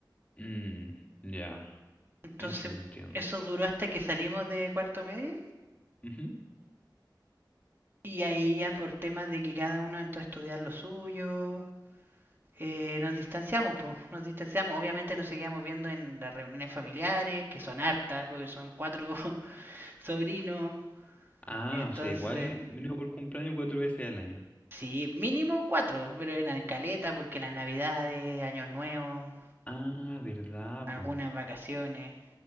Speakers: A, on the left (about 15°); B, on the right (about 30°).
A: Mm, ya,
B: Entonces,
A: entiendo, entiendo.
B: eso duró hasta que salimos de cuarto medio,
A: Ujú.
B: y ahí ya por temas de que cada uno entró a estudiar lo suyo, eh, nos distanciamos, pues, nos distanciamos. Obviamente nos seguíamos viendo en las reuniones familiares, que son hartas, porque son cuatro <laughs> sobrinos,
A: Ah,
B: Entonces,
A: o sea, igual mínimo por cumpleaños cuatro veces al año.
B: sí, mínimo cuatro, pero eran caleta porque las navidades, años nuevos,
A: Ah, verdad,
B: algunas
A: po.
B: vacaciones.